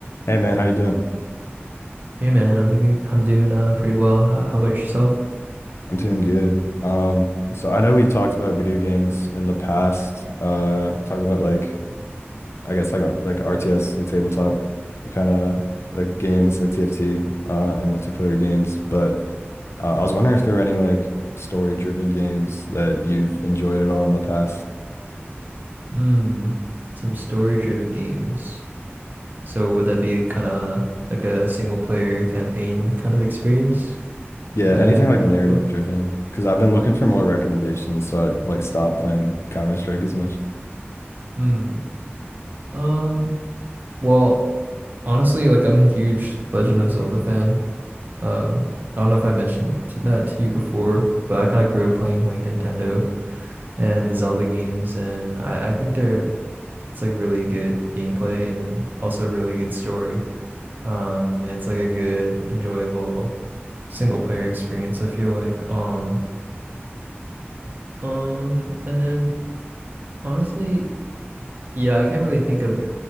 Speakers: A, on the left; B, on the right.
A: Hey man, how you doing?
B: Hey man, I'm thinking I'm doing uh pretty well. How, how about yourself?
A: I'm doing good. Um, so I know we talked about video games in the past. Uh, we talked about like I guess like like R- like RTS, like tabletop kind of like games like TFT uh and multiplayer games. But uh, I was wondering if there were any like story-driven games that you've enjoyed at all in the past.
B: Hmm. some story-driven games. So would that be kind of like a single-player campaign kind of experience
A: Yeah,
B: uh
A: anything like
B: you're
A: narrative
B: looking for?
A: driven. Because I've been looking for more recommendations, so I like stopped playing Counter-Strike as much.
B: Hmm. Um, well, honestly, like I'm a huge Legend of Zelda fan. Um, I don't know if I mentioned to that to you before, but I kind of grew up playing like Nintendo and the Zelda games, and I I think they're it's like really good gameplay and then also really good story. Um, and it's like a good, enjoyable single player experience, I feel like. Um, um, and then honestly, yeah, I can't really think of